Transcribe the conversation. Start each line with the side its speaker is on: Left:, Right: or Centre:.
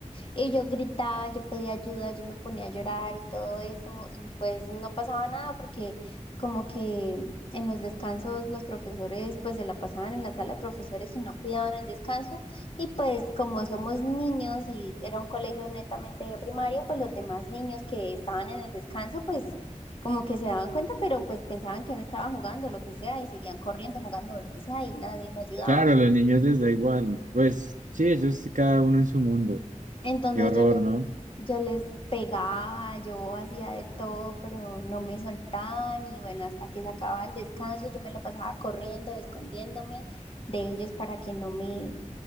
Left: Y yo gritaba, yo pedía ayuda, yo me ponía a llorar y todo eso, y pues no pasaba nada porque como que en los descansos los profesores pues se la pasaban en la sala de profesores y no cuidaban el descanso, y pues como somos niños y era un colegio netamente de primaria, pues los demás niños que estaban en el descanso pues como que se daban cuenta, pero pues pensaban que uno estaba jugando lo que sea y seguían corriendo, jugando lo que sea y nadie me ayudaba.
Right: Claro, a los niños les da igual. Pues sí, ellos cada uno en su mundo.
Left: Entonces
Right: Qué horror,
Left: yo les,
Right: ¿no?
Left: yo les pegaba, yo hacía de todo, pero no me soltaban y bueno, hasta que se acababa el descanso, yo me la pasaba corriendo, escondiéndome de ellos para que no me,